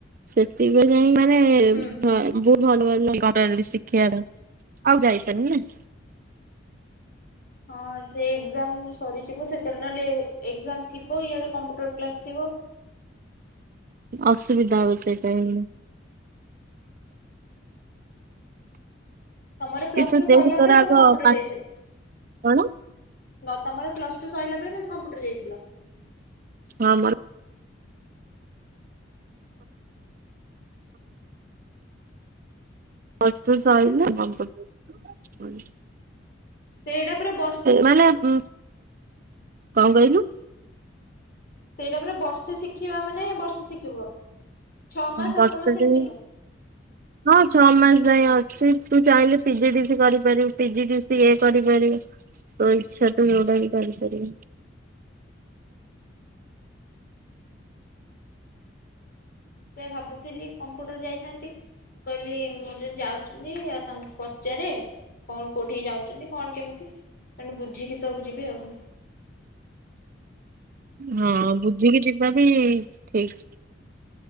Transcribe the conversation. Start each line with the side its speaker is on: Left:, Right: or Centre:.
Right: ସେଥିପାଇ ଯାଇ ମାନେ
Left: ହୁଁ ହୁଁ।
Right: ଭା ବହୁତ ଭଲ ଭଲ କରେଇଲି ଶିଖେଆର। ଆଉ ଯାଇଛନ୍ତି ନା?
Left: ହଁ ଯେ ଏଗ୍ଜାମ ସରିଯିବ ସେତେବେଳେ, ନହେଲେ ଏଗ୍ଜାମ ଥିବ ଇଆଡ଼େ କମ୍ପ୍ୟୁଟର କ୍ଲାସ ଥିବ।
Right: ଅସୁବିଧା ହୁଏ ସେଇ ପାଇଁ।
Left: ତମର ପ୍ଲସ୍
Right: କିନ୍ତୁ
Left: ଟୁ
Right: ଦେଖ
Left: ସଇଲା
Right: ତୋର
Left: ପରେ ତମେ
Right: ଆଗ
Left: କମ୍ପ୍ୟୁଟର
Right: ପା
Left: ଯାଇଥିଲ?
Right: କଣ
Left: ନ ତମର ପ୍ଲସ୍ ଟୁ ସଇଲା ପରେ ତମେ କମ୍ପ୍ୟୁଟର ଯାଇଥିଲ?
Right: ହଁ ମୋର ପ୍ଲସ୍ ଟୁ ସଇଲା କମ୍ପୁଟର
Left: ସେଟା ପୁରା ବର୍ଷ
Right: ମାନେ ବୁଁ କଁ କହିଲୁ?
Left: ସେଇଟା ପୁର ବର୍ଷେ ଶିଖିବା ମାନେ ବର୍ଷେ ଶିଖିବ ଛଅ ମାସ
Right: ବର୍ଷଟେ
Left: ସାତ ମାସ ଏମିତି ନୁହଁ।
Right: ହଁ ଛଅ ମାସ ଯାଏ ଅଛି। ତୁ ଚାହିଁଲେ ପିଜି ଡି ସି କରିପାରିବୁ ପିଜି ଡି ସି ଏ କରିପାରିବୁ। ତୋ ଇଛା ତୁ ଯୋଉଟା ବି କରିପାରିବୁ।
Left: ସେ ଭାବୁଥିଲି କମ୍ପୁଟର ଯାଇଥାନ୍ତି। ମୁଁ କହିଲି ମୋର ଯାଉଛନ୍ତି ଆଉ ତାଙ୍କୁ ପଚାରେ କଣ କୋଉଠିକି ଯାଉଛନ୍ତି କଣ କେମିତି ତଣୁ ବୁଝିକି ସବୁ ଯିବେ ଆଉ।
Right: ହଁ ବୁଝିକି ଯିବା ବି ଠିକ୍।